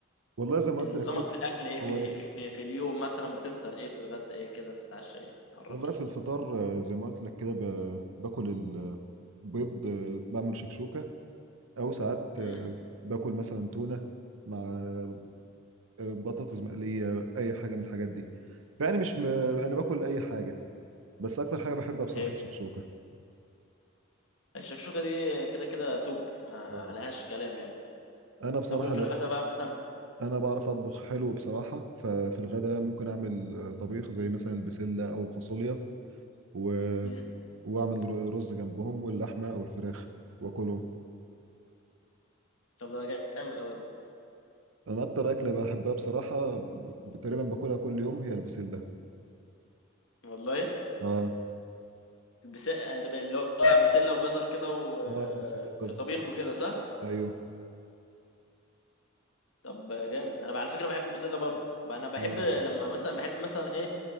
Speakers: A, on the right (about 75°); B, on the left (about 70°).
A: والله زي ما
B: إن
A: قلت لك
B: نظامك
A: كده
B: في الاكل ايه في,
A: هو
B: الي...
A: انا في...
B: في... في اليوم مثلا بتفطر ايه بتتغدى ايه كده بتتعشى ايه عرفني
A: والله في الفطار آه، زي ما قلت لك كده ب... باكل البيض آه، بعمل شكشوكه او ساعات
B: امم
A: آه، باكل مثلا تونه مع آه، بطاطس مقليه اي حاجه من الحاجات دي فيعني مش م... انا باكل اي حاجه بس اكتر حاجه بحبها بصراحه
B: حلو
A: الشكشوكه
B: الشكشوكه دي كده كده توب ما
A: آه.
B: عليهاش كلام يعني
A: انا بصراحه
B: طب وفي
A: لا،
B: الغدا بقى مثلا
A: انا بعرف اطبخ حلو بصراحه ففي الغداء ممكن اعمل آه، طبيخ زي مثلا البسله او الفاصوليا و...
B: امم
A: واعمل ر- رز جنبهم واللحمه او الفراخ واكلهم
B: طب ده جامد قوي ده
A: انا اكتر اكله بحبها بصراحه ب- تقريبا باكلها كل يوم هي البسله
B: والله
A: اه
B: البس... اللي هو بسله وجزر كده وفي
A: اه بسله وجزر
B: طبيخ وكده صح
A: ايوه
B: طب جامد انا على فكره بحب البسله برضو انا بحب
A: اه
B: لما مثلا بحب مثلا ايه